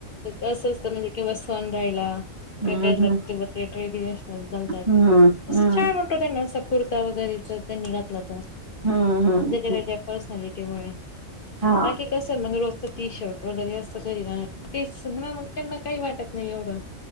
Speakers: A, on the left (about 55°); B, on the right (about 75°).
A: ते असं असतं म्हणजे किंवा सण राहिला. त्या
B: हम्म
A: केरलात ते बघ ते ट्रेडिशनल घालतात
B: हम्म
A: असं
B: हम्म
A: छान वाटत त्यांना असं कुर्ता वगैरे जर त्यांनी घातला त
B: हम्म
A: ज्याच्या
B: हम्म.
A: त्याच्या पर्सनली त्यामुळे
B: हा
A: बाकी कसं मंग रोज टी शर्ट वगैरे असं <unintelligible> तेच ना मग त्यांना काही वाटत नाही एवढं